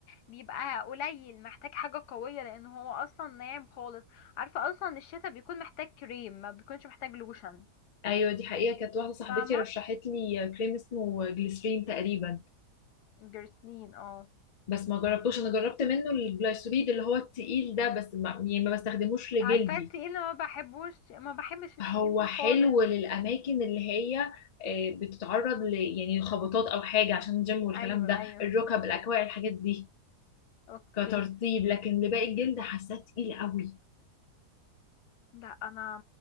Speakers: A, on the left (about 85°); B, on the left (about 70°).
A: بيبقى قليل محتاج حاجة قوية لان هو اصلا ناعم خالص عارفة اصلا الشتاء بيكون محتاج كريم ما بيكونش محتاج لوشن
B: ايوه دي حقيقه كانت واحده صاحبتي
A: فاهمة
B: رشحت لي كريم اسمه جليسرين تقريبا
A: جرسلين اه
B: بس ما جربتوش انا جربت منه الجليسريد اللي هو التقيل ده بس ما, يعني ما بستخدموش لجلدي
A: عارفة التقيل أنا ما بحبوش ما بحبش التقيل
B: هو
A: ده
B: حلو
A: خالص
B: للأماكن اللي هي آه، بتتعرض ل يعني خبطات أو حاجة عشان الجيم والكلام
A: ايوه
B: ده
A: ايوه
B: الركب الأكواع الحاجات دي
A: اوكي
B: كترطيب لكن لباقي الجلد حاساه تقيل قوي
A: لا انا